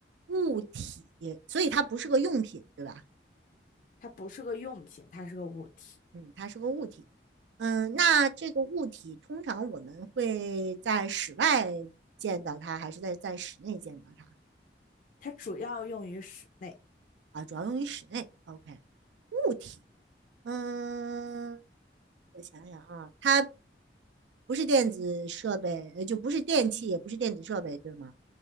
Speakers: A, on the right; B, on the left.
A: 物体，所以它不是个用品，对吧？
B: 它不是个用品，它是个物体，
A: 嗯，它是个物体。嗯，那这个物体通常我们会在室外见到它，还是在在室内见到它
B: 它主要用于室内，
A: 啊？主要用于室内。OK，物体，嗯，我想想啊，它不是电子设备，呃就不是电器，也不是电子设备，对吗？